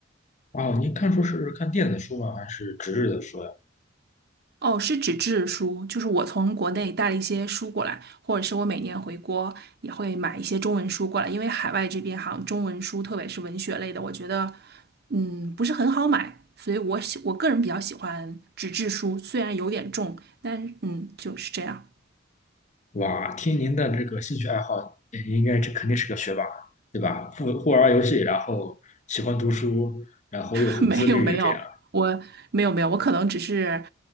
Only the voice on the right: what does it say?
哦，是纸质书，就是我从国内带了一些书过来，或者是我每年回国也会买一些中文书过来，因为海外这边好像中文书，特别是文学类的，我觉得嗯不是很好买，所以我喜我个人比较喜欢纸质书，虽然有点重，但嗯就是这样。
<laughs> 没有没有，
我没有没有，我可能只是